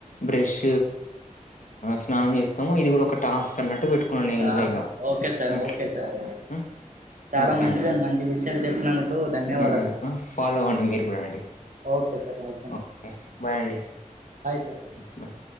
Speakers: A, on the left (about 70°); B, on the right (about 70°).
A: బ్రష్ స్నానం చే మొ ఇది కూడా ఒక టాస్క్ అన్నట్టు పెట్టుకున్నాను నేను కూడా
B: ఆహా
A: ఇగ
B: ఓకే సార్
A: అట్లా
B: ఓకే సార్
A: అ
B: చాలా
A: ఓకే
B: మంచిదండి
A: అండి
B: మంచి విషయాలు చెప్పినందుకు ధన్యవాదాలు
A: ఈ
B: సార్
A: అ ఫాలో అవ్వండి మీరు కూడా అండి
B: ఓకే సార్ అది
A: ఓకే బయ్ అండి
B: సార్
A: ఉ బయ్